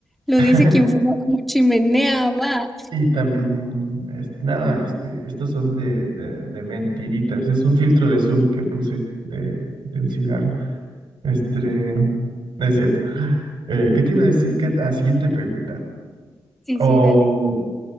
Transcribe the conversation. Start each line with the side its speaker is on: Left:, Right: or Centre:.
Centre: lo
Right: <laughs>
Centre: dice quien fuma como chimenea, va.
Right: Y también, es- no, este, estos son de, de, de mentiritas. Es un filtro de Zoom que puse de, de un cigarro. Este, no es cierto. Eh, ¿qué te iba a decir? ¿Qué, ¿A siguiente pregunta.
Centre: Sí,
Right: O.
Centre: sí, dale.